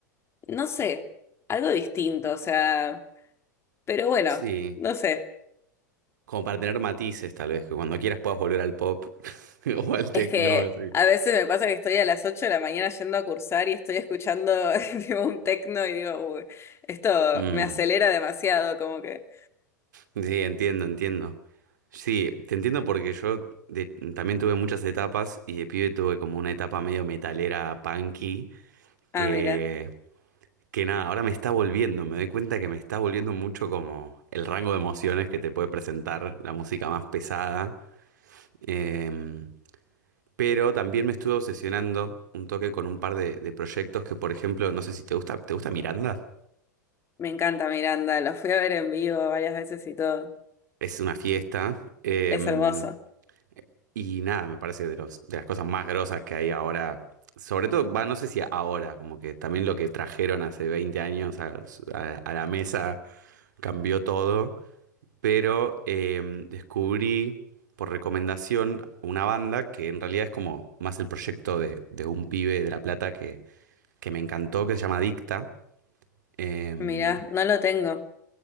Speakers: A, on the left; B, on the right.
A: no sé, algo distinto, o sea, pero bueno,
B: sí.
A: no sé.
B: Como para tener matices, tal vez, que cuando quieras puedas volver al pop <laughs> o al
A: Es
B: techno.
A: que
B: así.
A: a veces me pasa que estoy a las 8 de la mañana yendo a cursar y estoy escuchando <laughs> tipo un techno y digo, uy, esto
B: Mm,
A: me acelera demasiado, como que,
B: sí, entiendo, entiendo. Sí, te entiendo porque yo de- también tuve muchas etapas y de pibe tuve como una etapa medio metalera punky
A: ah,
B: que,
A: mira.
B: que nada, ahora me está volviendo, me doy cuenta que me está volviendo mucho como el rango de emociones que te puede presentar la música más pesada. Em, pero también me estuve obsesionando un toque con un par de, de proyectos que, por ejemplo, no sé si te gusta, ¿te gusta Miranda?
A: Me encanta Miranda, lo fui a ver en vivo varias veces y todo.
B: Es una fiesta. em,
A: Es hermoso.
B: y nada, me parece de los, de las cosas más grosas que hay ahora. Sobre todo, va, no sé si ahora, como que también lo que trajeron hace 20 años a, a- a la mesa cambió todo. Pero em, descubrí por recomendación una banda que en realidad es como más el proyecto de, de un pibe de La Plata que, que me encantó, que se llama Dicta. Em,
A: Mirá, no lo tengo.